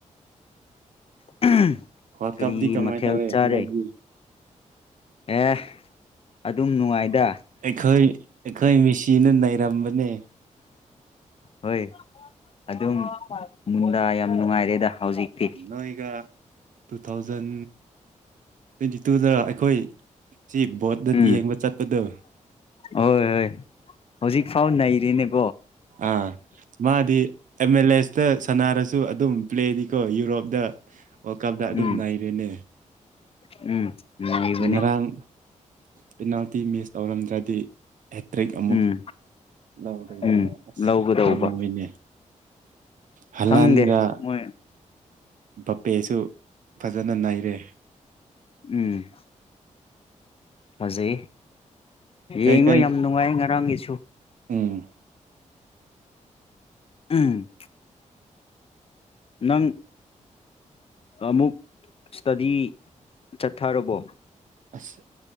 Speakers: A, on the left (about 45°); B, on the right (about 80°).
A: ꯎꯝ
B: ꯋꯥꯜ
A: ꯀꯔꯤ
B: ꯇꯞꯗꯤ ꯀꯃꯥꯏꯅ
A: ꯃꯊꯦꯜ
B: ꯇꯧꯋꯦ
A: ꯆꯥꯔꯦ
B: ꯍꯟꯗꯛꯗꯤ
A: ꯑꯦ ꯑꯗꯨꯝ ꯅꯨꯡꯉꯥꯏꯗ
B: ꯑꯩꯈꯣꯏ ꯑꯩꯈꯣꯏ ꯃꯤꯁꯤꯅ ꯅꯩꯔꯝꯕꯅꯦ
A: ꯍꯣꯏ ꯑꯗꯨꯝ ꯃꯨꯟꯗꯥ ꯌꯥꯝ ꯅꯨꯡꯉꯥꯏꯔꯦꯗ ꯍꯧꯖꯤꯛꯇꯤ
B: ꯅꯣꯏꯒ ꯇꯨ ꯊꯥꯎꯖꯟ ꯇ꯭ꯋꯦꯟꯇꯤ ꯇꯨꯗ ꯑꯩꯈꯣꯏ ꯁꯤ ꯕꯣꯠꯇ
A: ꯎꯝ
B: ꯌꯦꯡꯕ ꯆꯠꯄꯗꯣ
A: ꯍꯣꯏ ꯍꯣꯏ ꯍꯧꯖꯤꯛ ꯐꯥꯎ ꯅꯩ ꯗꯤꯅꯤꯞ
B: ꯑ ꯃꯥꯗꯤ ꯑꯦꯝ ꯑꯦꯜ ꯑꯦꯁꯇ ꯁꯅꯔꯁꯨ ꯁꯨ ꯑꯗꯨꯝ ꯄ꯭ꯂꯦꯗꯤꯀꯣ ꯌꯨꯔꯣꯞ ꯗ ꯋꯥꯔꯜ ꯀꯞꯇ ꯑꯗꯨꯝ
A: ꯎꯝ
B: ꯅꯩꯔꯦꯅꯦ
A: ꯎꯝ ꯅꯩꯕꯅꯦ
B: ꯉꯔꯥꯡ ꯄꯦꯅꯥꯜꯇꯤ ꯃꯤꯁ ꯇꯧꯔꯝꯗ꯭ꯔꯗꯤ ꯍꯦꯇ꯭ꯔꯤꯛ ꯑꯃꯨꯛ
A: ꯎꯝ
B: ꯂꯧꯔ
A: ꯎꯝ
B: ꯑꯁ
A: ꯂꯧꯒꯗꯧꯕ
B: ꯄꯥꯝꯃꯨꯕꯩꯅꯦ ꯍꯂꯥꯟ
A: ꯈꯪꯗꯦ
B: ꯒꯥ
A: ꯃꯣꯏ
B: ꯕꯄꯦꯁꯨ ꯐꯖꯅ ꯅꯩꯔꯦ
A: ꯎꯝ ꯐꯖꯩ ꯌꯦꯡꯉꯣ
B: ꯀꯩꯀꯩ
A: ꯌꯥꯝ ꯅꯨꯡꯉꯥꯏ ꯉꯔꯥꯡꯒꯤꯁꯨ ꯁꯨ
B: ꯎꯝ
A: ꯎꯝ ꯅꯪ ꯑꯃꯨꯛ ꯁꯇꯗꯤ ꯆꯠꯊꯔꯕꯣ
B: ꯑꯁ